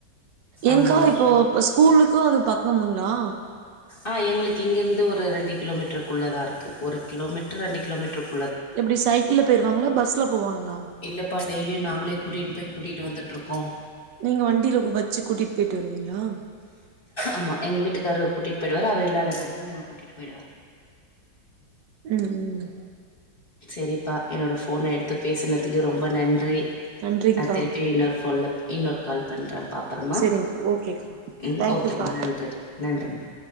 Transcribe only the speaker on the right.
ஏன்க்கா
இப்போ போ ஸ்கூலுக்கு அதுக் பக்கமுங்ளா
எப்டி சைக்கிள்ல போயிருவாங்ளா பஸ்ல போவாங்ளா
நீங்க வண்டில வச்சு கூட்டிட் போயிட்டு வருவீங்களா
ம் ம்
நன்றிங்க்கா
செரிங்க்கா ஓகேக்கா
தேங்க்யூக்கா